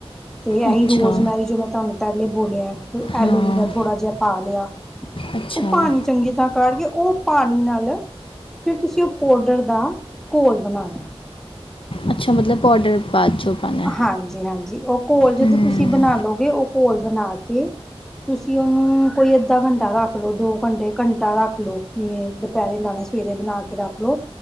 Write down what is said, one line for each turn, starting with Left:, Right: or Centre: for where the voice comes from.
Centre: ਤੇ ਇਹੀ
Left: ਅੱਛਾ
Centre: ਰੋਜ਼ਮੈਰੀ ਜੋ ਮੈਂ ਤੁਹਾਨੂੰ ਪਹਿਲੇ ਬੋਲਿਆ, ਐਲੋਵਰਾ
Left: ਹਾਂ
Centre: ਥੋੜ੍ਹਾ ਜਿਹਾ ਪਾ ਲਿਆ
Left: ਅੱਛਾ
Centre: ਉਹ ਪਾਣੀ ਚੰਗੀ ਤਰ੍ਹਾਂ ਕਾਢ ਕੇ, ਉਹ ਪਾਣੀ ਨਾਲ ਫਿਰ ਤੁਸੀਂ ਉਹ ਪੌਡਰ ਦਾ ਘੋਲ ਬਣਾਉਨਾ।
Left: ਅੱਛਾ, ਮਤਲਬ ਪ ਔਡਰ ਬਾਅਦ 'ਚ ਹੋ ਪਾਉਣਾ।
Centre: ਹਾਂਜੀ ਹਾਂਜੀ, ਉਹ ਘੋਲ ਜਦੋਂ
Left: ਹੂੰ
Centre: ਤੁਸੀਂ ਬਣਾ ਲਉਗੇ, ਉਹ ਘੋਲ ਬਣਾ ਓ ਤੁਸੀਂ ਉਹਨੂੰ ਕੋਈ ਅੱਧਾ ਘੰਟਾ ਰੱਖ ਲੋ, ਦੋ ਘੰਟੇ ਘੰਟਾ ਰੱਖ ਲਓ ਤੇ ਜਿਵੇਂ ਦੁਪਹਿਰੇ ਲਾਣਾ, ਸਵੇਰੇ ਬਣਾ ਕੇ ਰੱਖ ਲਓ,